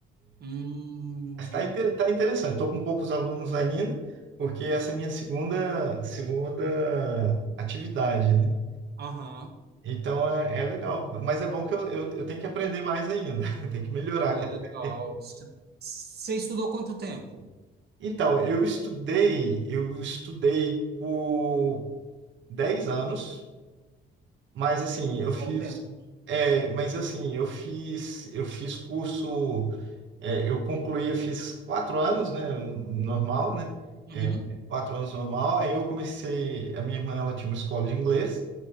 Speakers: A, on the right; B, on the right.
A: Hum,
B: Está inter, tá interessante. Estou com poucos alunos ainda, porque essa é minha segunda segunda atividade, né?
A: aham,
B: Então é, é legal, mas é bom que eu, eu, eu tenho que aprender mais ainda, <laughs> eu tenho que melhorar.
A: pô,
B: quer
A: legal.
B: dizer.
A: Você estudou quanto tempo?
B: Então, eu estudei, eu estudei por 10 anos. Mas assim, eu fiz,
A: Bom tempo.
B: é, mas assim, eu fiz, eu fiz curso, é, eu concluí, eu fiz quatro anos, né, normal, né,
A: Uhum.
B: é, quatro anos normal. Aí eu comecei, a minha irmã, ela tinha uma escola de inglês